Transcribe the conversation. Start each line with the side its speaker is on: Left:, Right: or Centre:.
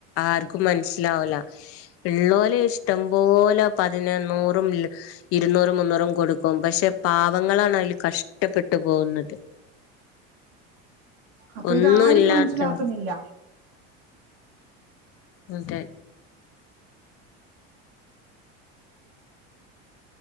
Left: ആർക്കും മനസ്സിലാവില്ല ഉള്ളോല് ഇഷ്ടം പോലെ പതിന് നൂറും ഇരുന്നൂറും മുന്നൂറും കൊടുക്കും പക്ഷെ പാവങ്ങളാണ് അതിൽ കഷ്ടപ്പെട്ടു പോകുന്നത്
Right: അപ്പൊ
Left: ഒന്നും
Right: ഇതാരും
Left: ഇല്ലാത്തവർ
Right: മനസ്സിലാക്കുന്നില്ല
Left: അതെ